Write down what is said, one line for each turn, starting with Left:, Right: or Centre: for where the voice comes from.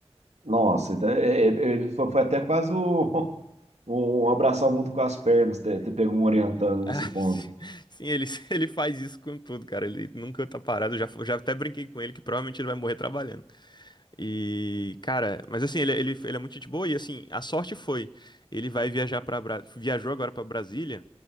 Right: Nossa, então, é- é- é, ele fo- foi até quase o, <laughs> o abraçar o mundo com as pernas, ter, ter pego um orientando
Left: Ah,
Right: nesse
Left: <laughs>
Right: ponto.
Left: sim, ele, ele faz isso com tudo, cara. Ele nunca tá parado. Eu Já, eu já até brinquei com ele que provavelmente ele vai morrer trabalhando. E, cara, mas assim, ele, é, ele, ele é muito gente boa e assim, a sorte foi, ele vai viajar para viajou agora para Brasília.